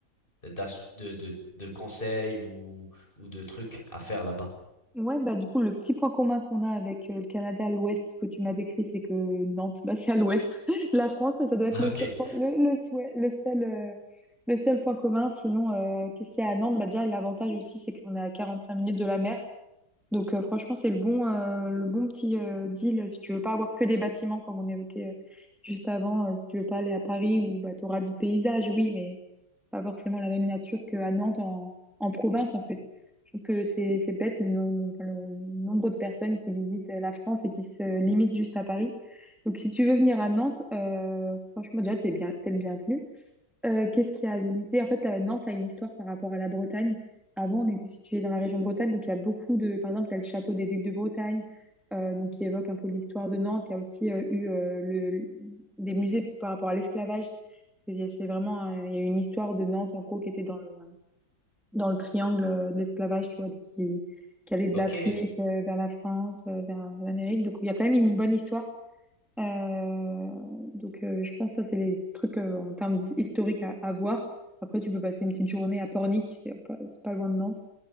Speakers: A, on the left; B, in the centre.
A: d'as- de, de, de conseils ou, ou de trucs à faire là-bas.
B: Ouais, bah du coup, le petit point commun qu'on a avec euh, le Canada à l'ouest, ce que tu m'as décrit, c'est que Nantes, bah, c'est à l'ouest. <laughs> La France, ça doit être
A: <laughs>
B: le
A: ok,
B: seul, point- le, le, souhait- le seul, euh, le seul point commun. Sinon, euh, qu'est-ce qu'il y a à Nantes? Bah, déjà, l'avantage aussi, c'est qu'on est à 45 minutes de la mer. Donc euh, franchement, c'est le bon, euh, le bon petit euh, deal si tu veux pas avoir que des bâtiments comme on évoquait euh, juste avant, euh, si tu veux pas aller à Paris où bah, tu auras du paysage, oui, mais pas forcément la même nature qu'à Nantes en, en province en fait. Je trouve que c'est c'est bête le, nom- enfin, le nombre de personnes qui visitent euh, la France et qui se limitent juste à Paris. Donc si tu veux venir à Nantes, euh, franchement déjà t'es bien, t'es le bienvenu. Euh, qu'est-ce qu'il y a à visiter? En fait, la- Nantes, ça a une histoire par rapport à la Bretagne. Avant, on était situé dans la région de Bretagne, donc il y a beaucoup de... Par exemple, il y a le château des Ducs de Bretagne, euh, donc qui évoque un peu l'histoire de Nantes. Il y a aussi euh, eu euh, le... des musées par rapport à l'esclavage. Parce que il y a- C'est vraiment... euh, il y a une histoire de Nantes, en gros, qui était dans le, dans le triangle euh, de l'esclavage, tu vois, qui, qui allait de
A: ok.
B: l'Afrique euh, vers la France, euh, vers l'Amérique. Donc, il y a quand même une bonne histoire. Euh, donc, euh, je pense que ça, c'est les trucs euh, en termes d'hi- historiques à, à voir. Après, tu peux passer une petite journée à Pornic, c'est pas, c'est pas loin de Nantes.